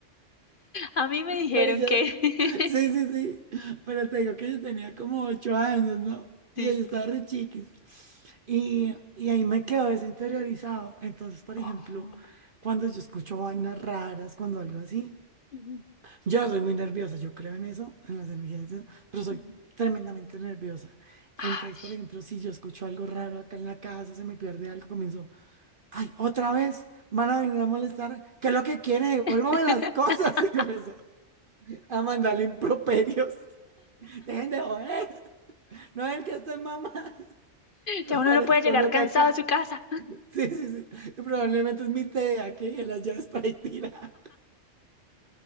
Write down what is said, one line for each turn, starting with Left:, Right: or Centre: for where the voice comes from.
Left: A mí me dijeron
Right: Pero yo,
Left: que...
Right: sí, sí, sí, pero te digo que yo tenía como ocho años, ¿no?
Left: <laughs>
Right: O sea, yo
Left: sí.
Right: estaba re chiquis. Y, y ahí me quedo desinteriorizado. Entonces, por
Left: Oh,
Right: ejemplo, cuando yo escucho vainas raras, cuando algo así.
Left: Ujú,
Right: Yo soy muy nerviosa, yo creo en eso, en las energías, de- pero soy
Left: ujú.
Right: tremendamente nerviosa. Entonces,
Left: ay.
Right: por ejemplo, si yo escucho algo raro acá en la casa, se me pierde algo, comienzo, ay, otra vez, van a venir a molestar, ¿qué es lo que quieren? Devuélvame
Left: <laughs>
Right: las cosas, <laughs> y comienzo a mandarle improperios. <laughs> Dejen de joder, no es el que estoy mamá, <laughs>
Left: Ya uno
Right: parezco
Left: no puede llegar
Right: loca
Left: cansado
Right: acá.
Left: a su casa.
Right: Sí, sí, sí, y probablemente es mi TDA que dejé las llaves para ahí tira.